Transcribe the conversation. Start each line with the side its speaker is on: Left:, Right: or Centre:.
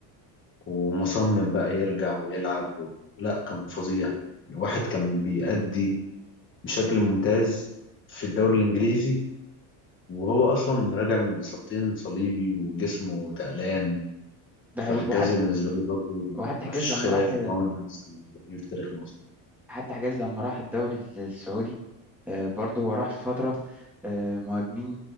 Left: ومصمم بقى يرجع ويلعب و... لا كان فظيع الواحد كان بيأدي بشكل ممتاز في الدوري الإنجليزي وهو أصلا راجع من إصابتين صليبي وجسمه تقلان
Centre: ده
Left: فحجازي
Centre: حقيقي وحتى
Left: بالنسبة لي برضه
Centre: وحتى
Left: مفيش
Centre: حجازي لما
Left: خلاف
Centre: راح
Left: إن هو من أحسن المدافعين في تاريخ مصر.
Centre: حتى حجاز لما راح الدوري السعودي آه، برضه هو راح في فترة آه، مهاجمين